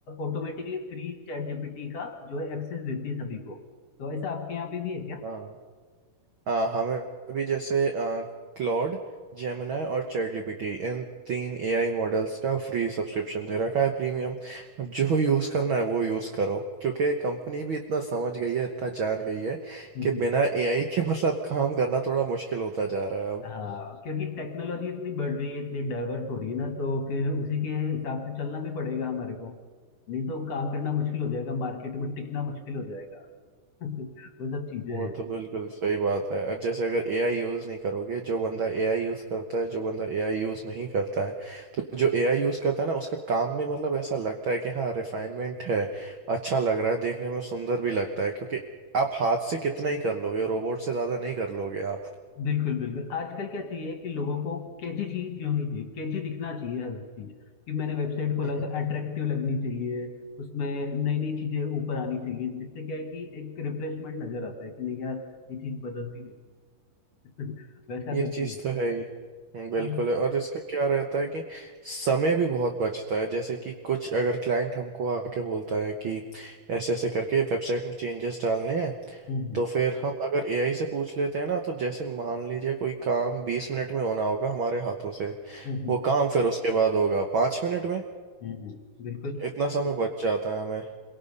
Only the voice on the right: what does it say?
हाँ आ, हमें अभी जैसे क्लॉड जेमिनाई और चैट जीपीटी इन तीन एआई मॉडल्स का फ्री सब्सक्रिप्शन दे रखा है प्रीमियम अब जो यूज़ करना है वो यूज़ करो क्योंकि कंपनी भी इतना समझ गई है इतना जान गई है
कि बिना एआई के <laughs> मतलब काम करना थोड़ा मुश्किल होता जा रहा है अब
वो
तो बिल्कुल सही बात है और जैसे अगर एआई यूज़ नहीं करोगे जो बंदा एआई यूज़ करता है जो बंदा एआई यूज़ नहीं करता है तो जो एआई यूज़ करता है ना उसका काम में मतलब ऐसा लगता है कि हाँ रिफाइनमेंट है अच्छा लग रहा है देखने में सुंदर भी लगता है क्योंकि आप हाथ से कितना ही कर लोगे रोबोट से ज़्यादा नहीं कर लोगे आप
हम्म
ये
चीज़
तो है ही हम्म, बिल्कुल
है और इसका क्या रहता है कि समय भी बहुत बचता है जैसे कि कुछ अगर क्लाइंट हमको आके बोलता है कि ऐसे ऐसे करके वेबसाइट में चेंजेस डालने हैं
तो फिर हम अगर एआई से पूछ लेते हैं ना तो जैसे मान लीजिए कोई काम बीस मिनट में होना होगा हमारे हाथों से
वो काम फिर उसके बाद होगा पाँच मिनट में
इतना समय बच जाता है हमें